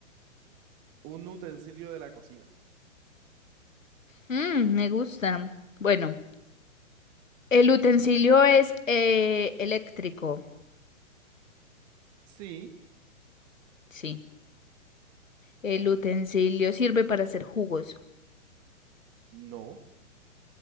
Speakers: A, on the right; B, on the left.
A: un utensilio de la cocina.
B: Mm, me gusta. Bueno, el utensilio es eh, eléctrico.
A: Sí,
B: Sí. El utensilio sirve para hacer jugos.
A: no,